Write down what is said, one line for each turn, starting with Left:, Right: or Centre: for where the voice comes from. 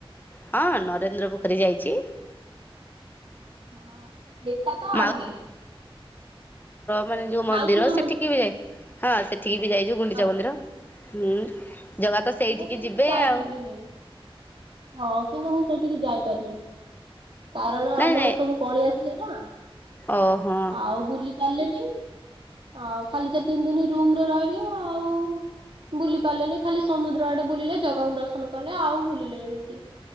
Left: ହଁ ନରେନ୍ଦ୍ର ପୋଖରୀ ଯାଇଛି।
Right: ହଁ ଏତା ତ ଆଗେ।
Left: ମାଉସୀ ମାନେ ଯୋଉ ମନ୍ଦିର
Right: ମାଉସୀ ମା
Left: ସେଠିକି ବି ଯାଇ ହଁ ସେଠିକି ବି ଯାଇଚୁ ଗୁଣ୍ଡିଚା
Right: ହଁ।
Left: ମନ୍ଦିର। ହୁଁ ଜଗା
Right: ହଁ
Left: ତ ସେଇଠିକି
Right: ମୁଁ କିନ୍ତୁ
Left: ଯିବେ
Right: ଯାଇପାରିଲିନି
Left: ଆଉ?
Right: ହଁ କିନ୍ତୁ ମୁଁ ସେଠିକି ଯାଇପାରିଲିନି କାରଣ
Left: ନାଇଁ
Right: ଆମର
Left: ନାଇଁ
Right: ସବୁ ପଳେଇ ଆସିଲି ନା।
Left: ଓହୋ।
Right: ଆଉ ବୁଲି ପାରଲିନି। ଆଉ ଖାଲି ସେ ତିନି ଦିନ ରୁମରେ ରହିଲି ଆଉ। ବୁଲି ପାରିଲେନି ଖାଲି ସମୁଦ୍ର ଆଡେ ବୁଲିଲେ ଜଗାଙ୍କୁ ଦର୍ଶନ କଲେ ଆଉ ବୁଲିଲେନି ବେଶୀ।